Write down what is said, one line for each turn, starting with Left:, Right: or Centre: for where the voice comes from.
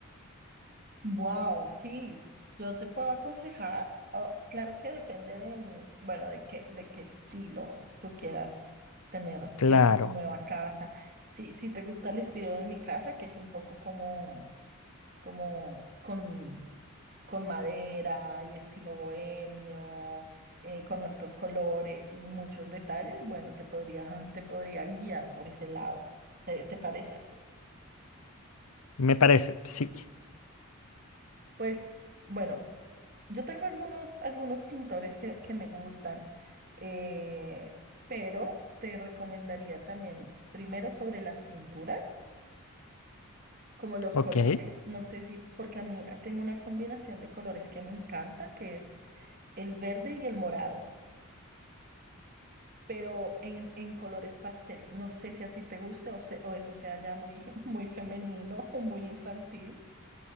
Right: Wow, sí, yo te puedo aconsejar. Oh, claro que depende de, mm, bueno, de qué, de qué estilo tú quieras tener,
Left: Claro,
Right: tener nueva casa. Sí, si te gusta el estilo de mi casa, que es un poco como, como con con madera y estilo bohemio, eh, con hartos colores y muchos detalles, bueno, te podría, te podría guiar por ese lado. ¿Te, te parece?
Left: me parece, sí,
Right: Pues bueno, yo tengo algunos, algunos pintores que, que me gustan, eh, pero te recomendaría también primero sobre las pinturas, como los
Left: ok.
Right: colores, no sé si, porque a mí tengo una combinación de colores que me encanta, que es el verde y el morado. pero en, en colores pasteles. No sé si a ti te guste o, se- o eso sea ya muy, <laughs> muy femenino o muy infantil.